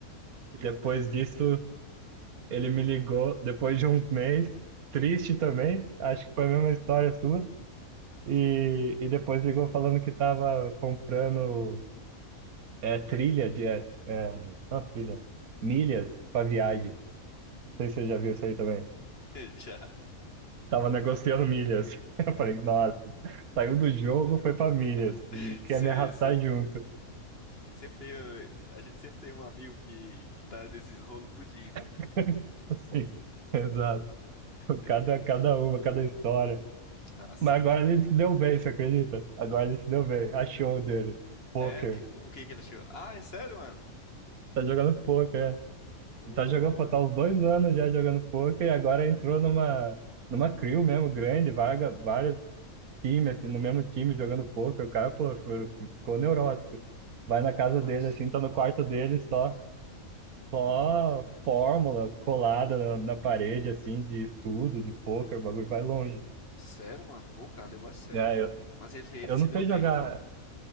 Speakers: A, on the right (about 90°); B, on the left (about 45°).
A: Depois disso, ele me ligou depois de uns meses, triste também, acho que foi a mesma história sua. E, e depois ligou falando que tava comprando é, trilha de. É, é, não, trilha, milhas pra viagem. sei se você já viu isso aí também.
B: <laughs> Já.
A: Tava negociando milhas. <laughs> Eu falei, nossa, saiu do jogo,
B: Era.
A: foi pra milhas.
B: <laughs>
A: E quer
B: Cê,
A: me arrastar
B: cê-
A: junto.
B: sempre tem, a gente sempre tem um amigo que, que tá nesses rolos tudinho, né?
A: <laughs> Assim, exato.
B: É,
A: Cada, cada uma, cada história.
B: nossa,
A: Mas
B: mano.
A: agora ele se deu bem, você acredita? Agora ele se deu bem. Achou dele. Poker.
B: É, o que, o que que ele achou? Ah, é sério, mano?
A: Tá jogando poker, é.
B: Pô,
A: Tá jogando, pô, tá uns dois anos já jogando poker e agora entrou numa, numa crew mesmo grande, vaga, várias time, assim, no mesmo time, jogando poker, o cara, pô, ficou ficou neurótico. Vai
B: pô,
A: na casa
B: que massa.
A: dele, assim, tá no quarto dele, só, só fórmula colada na, na parede, assim, de estudo, de poker, o bagulho vai longe.
B: Sério, mano? Pô, cara, levou a sério,
A: É,
B: então.
A: eu,
B: Mas ele, ele
A: eu
B: se
A: não
B: deu
A: sei
B: bem,
A: jogar.
B: então?